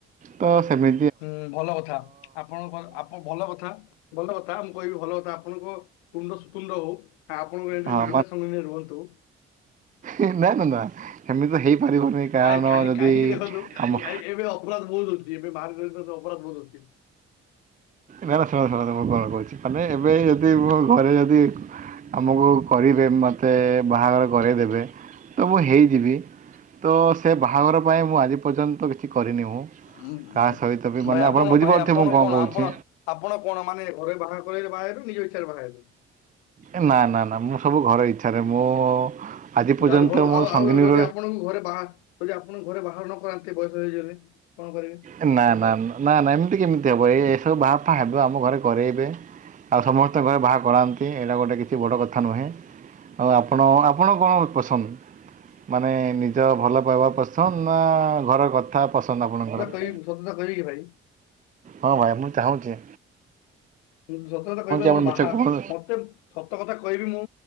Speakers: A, on the right (about 25°); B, on the left (about 80°).
A: ତ ସେମି
B: ହୁଁ ଭଲ କଥା ଆପଣଙ୍କ ଆପଣ ଭଲ କଥା ଭଲ କଥା ମୁଁ କହିବି ଭଲ କଥା ଆପଣଙ୍କ ତୁଣ୍ଡ ସୁତୁଣ୍ଡ ହଉ। ଆପଣ ବି ଏମିତି
A: ହଁ
B: ବିନା ସଙ୍ଗିରେ ରୁହନ୍ତୁ।
A: ଏ ନା ନା ନା ଏମିତି ତ ହେଇପାରିବନି କାରଣ
B: କାହିଁକି କାହିଁକି
A: ଯଦି
B: କାହିଁକି ଦେଖନ୍ତୁ
A: ଆମ
B: କାହିଁକି ଏବେ ଅପରାଧ ବହୁତ ହଉଛି ଏବେ ବାହାରେ ରହିଲେ ତ ଅପରାଧ ବହୁତ ହଉଛି।
A: ନା ନା ଶୁଣ ଶୁଣନ୍ତୁ ମୁଁ କଣ କହୁଛି ମାନେ ଏବେ ଯଦି ମୁଁ ଘରେ ଯଦି ଆମକୁ କରିବେ ମୋତେ ବାହାଘର କରାଇଦେବେ ତ ମୁଁ ହେଇଯିବି ତ ସେ ବାହାଘର ପାଇଁ ମୁଁ ଆଜି ପର୍ଯ୍ୟନ୍ତ କିଛି କରିନି ମୁଁ।
B: ଉ ଉଁ
A: କାହା ସହିତ ବି ମାନେ
B: ଭାଇ ଆପଣ
A: ବୁଝିପାରୁଥିବେ
B: ଭାଇ ଆପଣ
A: ମୁଁ
B: କଣ
A: କହୁଛି
B: ଆପଣ ଆପଣ କଣ ମାନେ ଘରେ ବାହା କରେଇଲେ ବାହା ହେବେ ନା ନିଜ ଇଚ୍ଛାରେ ବାହାହେବେ।
A: ଏ ନା ନା ନା ମୁଁ ସବୁ ଘର ଇଚ୍ଛାରେ ମୁଁ ଆଜି ପର୍ଯ୍ୟନ୍ତ
B: ତାହେଲେ ଘର
A: ମୁଁ
B: ଆଉ
A: ସଙ୍ଗିନୀର
B: ଆଉ ଯଦି ଆପଣଙ୍କୁ ଘରେ ବାହା ଯଦି ଆପଣ ଙ୍କୁ ଘରେ ବାହାଘର ନ କରାନ୍ତି ବୟସ ହେଇଗଲେ କଣ କରିବେ।
A: ଏ ନା ନା ନା ନା ଏମିତି କେମିତି ହବ ଏ ଏସବୁ ବାହା ଫା ହେବେ ଆମ ଘରେ କରେଇବେ। ଆଉ ସମସ୍ତଙ୍କ ଘରେ ବାହା କରାନ୍ତି ଏଇଟା ଗୋଟେ କିଛି ବଡ଼ କଥା ନୁହେଁ। ଆଉ ଆପଣ ଆପଣ କଣ ପସନ୍ଦ ମାନେ ନିଜ ଭଲ ପାଇବା ପସନ୍ଦ ନା ଘର କଥା ପସନ୍ଦ ଆପଣଙ୍କର।
B: ଏଇ ସତଟା କହିବେକି ଭାଇ।
A: ହଁ ଭାଇ ମୁଁ ଚାହୁଁଚି।
B: ସତ କଥା କହିବ
A: ଆପଣ
B: ମୋର ବାହା
A: ମିଛ କୁହନ୍ତୁ।
B: ମତେ ସତ କଥା କହିବି ମୁଁ